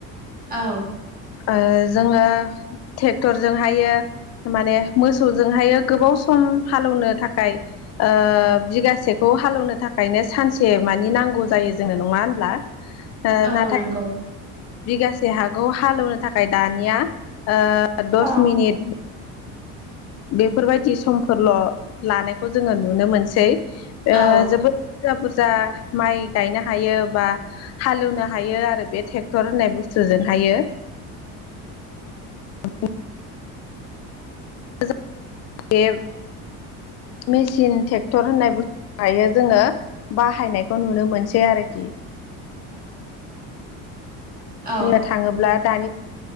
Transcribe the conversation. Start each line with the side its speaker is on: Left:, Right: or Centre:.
Right: औ
Left: ओ जोङो ट्रेक्टरजों हायो माने मोसौजोंहायो गोबाव सम हालौवनो थाखाय ओ बिगासेखौ हालेवनो थाखाय ओंखायनो सानसे मानि नांगौ जायो जोनो नङा होनब्ला? ओ
Right: औ
Left: नाथाय
Right: नंगौ।
Left: बिगासे हाागखौ हालेवनो थाखाय दानिया ओ दस
Right: औ
Left: मिनिट बेफोरबायदि समफोरल' लानायखौ जोङो नुनो मोनसै। आ
Right: औ
Left: जोबोद जा माइ गायनो हायो बा हालेवनो हायो आरो बे ट्रेक्टर होननाय बुस्थुजोंहाय आयो अ <unintelligible> मेसििन ट्रेक्टर होननाय बुस्थु दायो जोङो बाहायनायखौ नुनो मोनसै आरोखि
Right: औ
Left: जनियाव थाङोब्ला दानि